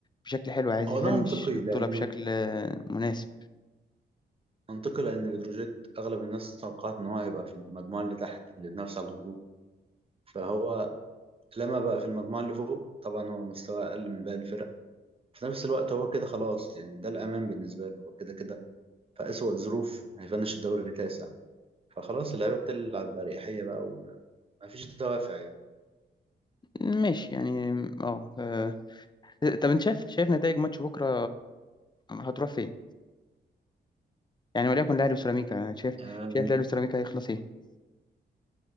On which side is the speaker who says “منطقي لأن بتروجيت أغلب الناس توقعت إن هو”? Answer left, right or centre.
Right